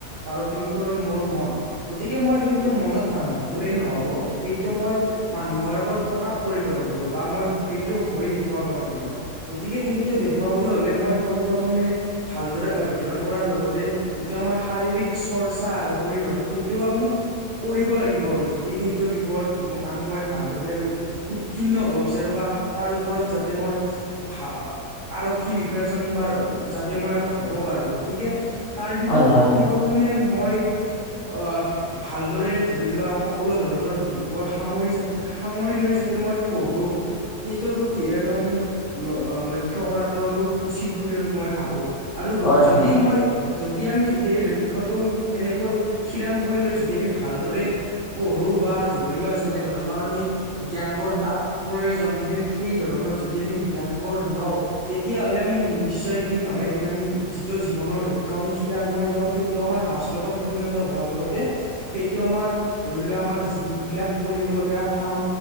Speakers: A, on the right; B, on the left.
A: পাৰোঁ সেইটো আৰু মোৰ মন গতিকে মই সেইটো মনত বান্ধি থলেই নহব। সেইটো মই মানুহৰ আগত প্ৰকাশ কৰিব লাগিব বা মই সেইটো হৈ দেখুৱাব লাগিব। গতিকে সেইটো দেখুৱাবলৈ হলে মই পোন প্ৰথমে ভালদৰে অধ্যয়ন কৰাৰ লগতে যিটো আমাৰ শাৰীৰিক চৰ্চা আৰু শৰীৰৰ সেইটোও আমি কৰিব লাগিব আৰু যদি সেইটো বিষয়ত মই ভালদৰে আৰু উত্তীৰ্ণ হ'ব বিচাৰো বা তাৰ ওপৰত যাতে মই ভাল আৰক্ষী বিষয়াজন বাৰু যাতে মই আৰু হ'ব পাৰো গতিকে তাৰ বিষয়ত
B: হয় হয়
A: পোনপ্ৰথমে মই অক- ভালদৰে ধৰি লোৱা সকলো ধৰণৰ দিশবোৰ সামৰি জাতি সাঙৰি লৈ যাতে মই পঢ়ো। সেইটোৰ প্ৰতি আৰু আমি লক্ষ্য কৰাটো আৰু উচিত বুলি আৰু মই ভাবো। আৰু
B: হয়
A: যদি
B: হয়
A: মই যদি আমি যদ- এই লক্ষ্যটো এনেকৈ খিৰাং কৰি লৈ যদি আমি ভালদৰে পঢ়ো বা ধৰি লোৱা যেনে ধৰণৰ আমি জ্ঞানবোৰ তাত প্ৰয়োজন সেন ঠেই ধৰণৰ যদি আমি জ্ঞান বোৰ লওঁ তেতিয়াহলে আমি নিশ্চয় এদিন নহয় এদিন আমি যিটো জীৱনৰ লক্ষ্য আমি থিৰাং কৰি লও সেইটো আমাৰ বাস্তৱত পৰিণত হোৱাৰ লগতে সেইটো আমাৰ ধৰি লোৱা আমাৰ যিবিলাক কৰিব লগীয়া কাম